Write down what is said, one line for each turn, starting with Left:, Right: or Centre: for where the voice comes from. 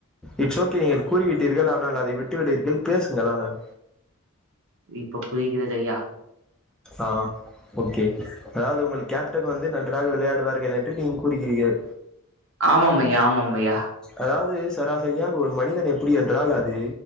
Centre: இட்ஸ் ஓகே நீங்கள் கூறிவிட்டீர்கள் ஆனால் அதை விட்டுவிட்டீர்கள் பேசுங்கள் ஆனால்
Right: இப்ப புரிக்கிறது ஐயா
Centre: ஆ ஓகே அதாவது உங்களுக்கு கேப்டன் வந்து நன்றாக விளையாடுவார்கள் என்று நீங் கூறுகிறீர்கள்
Right: ஆமாமையா ஆமாமையா
Centre: அதாவது சராசரியாக ஒரு மனிதன் எப்படி என்றால் அது